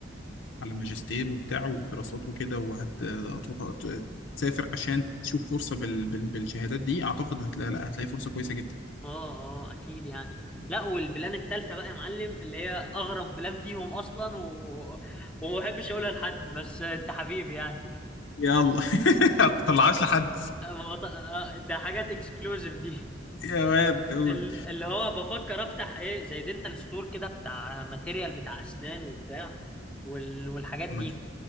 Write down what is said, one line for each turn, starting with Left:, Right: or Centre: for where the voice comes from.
Left: على ماجستير وبتاع ودراسات وكده وهتروح تسافر عشان تشوف فرصه بال... بال... بالشهادات دي اعتقد هتلاقي لا هتلاقي فرصه كويسه جدا
Centre: اه اه اكيد يعني لا والبلان التالتة بقى يا معلم اللي هي اغرب بلان فيهم اصلا و... <laughs> وما بحبش اقولها لحد بس انت حبيبي يعني
Left: يلا <laughs> هتطلعهاش لحد
Centre: أه، ما بط... آه، ده حاجات اكسكلوزيف دي
Left: <laughs> يا واد
Centre: <laughs>
Left: قول
Centre: ال- اللي هو بفكر افتح ايه زي دنتال ستور كده بتاع ماتيريال بتاع اسنان وبتاع وال... والحاجات
Left: طب
Centre: دي
Left: ما دي